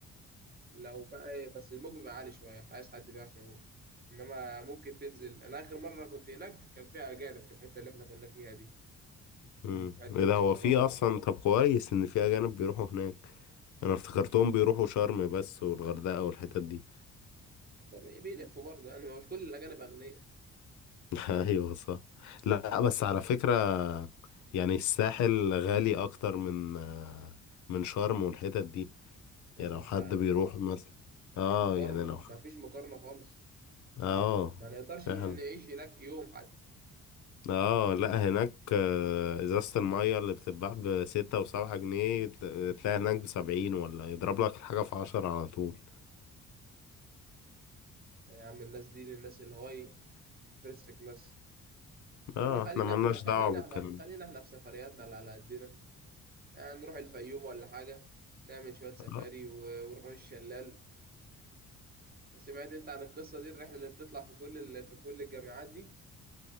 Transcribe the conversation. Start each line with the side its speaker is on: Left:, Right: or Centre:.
Right: لو بقى إيه، بس الموج بيبقى عالي شويه فعايز حد بيعرف يعوم انما ممكن تنزل انا اخر مره كنت هناك كان فيها اجانب في الحته اللي احنا كنا فيها دي
Left: امم
Right: هم في حته اسمها
Left: ايه ده هو
Right: ام الرخم
Left: في اصلا طب كويس ان في اجانب بيروحوا هناك انا افتكرتهم بيروحوا شرم بس والغردقة والحتت دي
Right: بي- بيلفوا برضه يعني ما مش كل الاجانب اغنياء
Left: <laughs> ايوه صح لا بس على فكرة يعني الساحل غالي اكتر من آه، من شرم والحتت دي
Right: ده
Left: يعني
Right: ده
Left: لو
Right: الساعه
Left: حد بيروح مثلا
Right: ما
Left: اه
Right: فيش مقارنه
Left: يعني لو
Right: ما فيش مقارنه خالص
Left: اه
Right: ما, ما نقدرش
Left: فعلا
Right: نعيش هناك يوم حتى
Left: اه لا هناك آه، ازازة المية اللي بتتباع بستة وسبعة جنيه ت- تلاقي هناك بسبعين ولا يضرب لك الحاجة في عشرة على طول
Right: يا عم الناس دي الناس الهاي فيرست كلاس
Left: اه
Right: احنا خلينا
Left: احنا ملناش
Right: احنا خلينا
Left: دعوة بالكلام
Right: احنا خلينا
Left: ده
Right: احنا في سفرياتنا اللي على قدنا آه، نروح الفيوم ولا حاجة نعمل شوية سفاري
Left: آه.
Right: و- ونروح الشلال سمعت انت عن القصة دي الرحلة اللي بتطلع في كل ال... في كل الجامعات دي